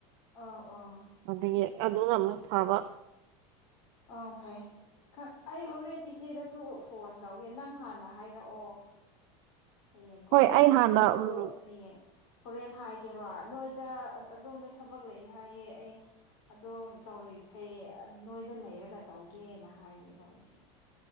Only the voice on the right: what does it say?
ꯑꯗꯒꯤ ꯑꯗꯨꯅ ꯑꯃꯨꯛ ꯐꯥꯕ
ꯍꯣꯏ
ꯍꯥꯟꯅ
ꯎꯝ